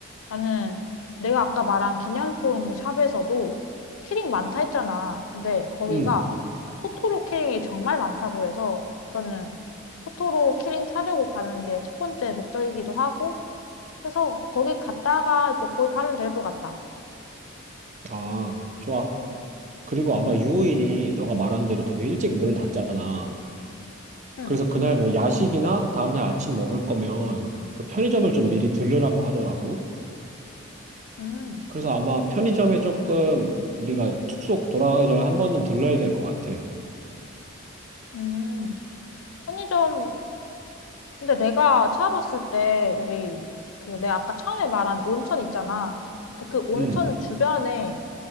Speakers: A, on the left; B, on the right.
A: 나는 내가 아까 말한 기념품 샵에서도 키링 많다 했잖아. 근데 거기가
B: 응.
A: 토토로 키링이 정말 많다고 해서 저는 토토로 키링 사려고 가는 게 첫 번째 목적이기도 하고 그래서 거기 갔다가 이제 거기 가면 될 것 같다.
B: 아, 좋아. 그리고 아마 유호인이 너가 말한 대로 되게 일찍 문을 닫잖아.
A: 응.
B: 그래서 그날 뭐 야식이나 다음날 아침 먹을 거면 그 편의점을 좀 미리 들르라고 하더라고.
A: 음.
B: 그래서 아마 편의점에 조금 우리가 숙소 돌아가기 전에 한 번은 들러야 될 것 같아.
A: 음. 편의점 근데 내가 찾아봤을 때 우리 그 내가 아까 처음에 말한 온천 있잖아. 근데 그 온천
B: 음.
A: 주변에